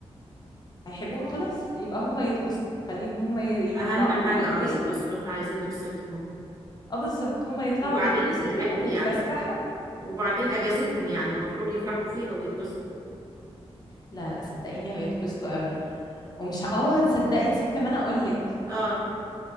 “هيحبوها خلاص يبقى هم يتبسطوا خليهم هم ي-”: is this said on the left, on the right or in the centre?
Left